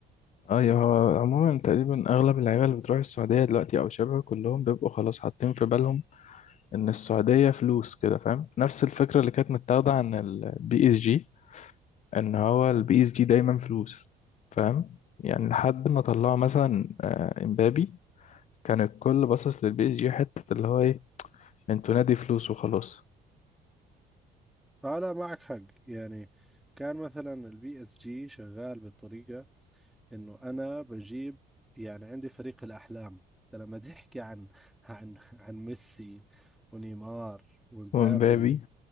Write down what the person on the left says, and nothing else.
ايوه هو عموما تقريبا اغلب اللعيبه اللي بتروح السعوديه دلوقتي او شبه كلهم بيبقوا خلاص حاطين في بالهم ان السعوديه فلوس كده فاهم نفس الفكره اللي كانت متاخده عن البي اس جي ان هو البي اس جي دايما فلوس فاهم يعني لحد ما طلعوا مثلا آه، امبابي كان الكل باصص للبي اس جي حته اللي هو ايه انتوا نادي فلوس وخلاص
وامبابي